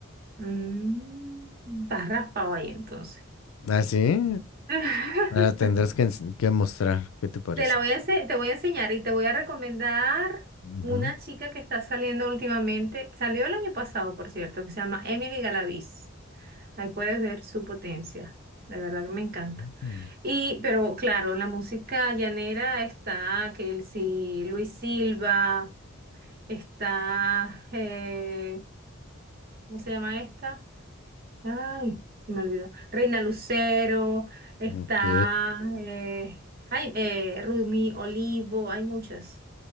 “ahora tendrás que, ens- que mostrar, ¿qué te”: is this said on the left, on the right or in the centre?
Left